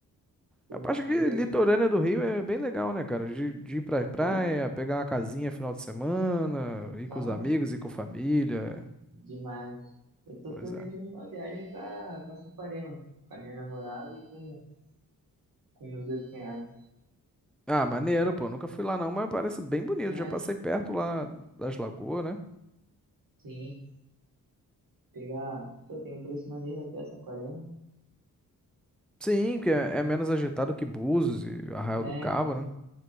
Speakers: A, on the right (about 65°); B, in the centre.
A: Pô,
B: A parte
A: maneiro.
B: que litorânea do Rio é bem legal, né, cara? De, de ir pra praia,
A: Pô,
B: pegar uma casinha final de semana, ir
A: nossa,
B: com os amigos, ir com a família.
A: demais. Eu tô
B: Pois
A: planejando
B: é.
A: uma viagem pra, pra Saquarema, com a minha namorada e com, com meus dois cunhados.
B: Ah, maneiro, pô. Nunca fui lá não, mas parece bem bonito.
A: É,
B: Já passei perto lá das lagoas, né?
A: sim. Pegar. Pô, tem um preço maneiro até Saquarema.
B: Sim, que
A: No-
B: é, é menos agitado que Búzios e Arraial
A: É,
B: do Cabo,
A: então.
B: né?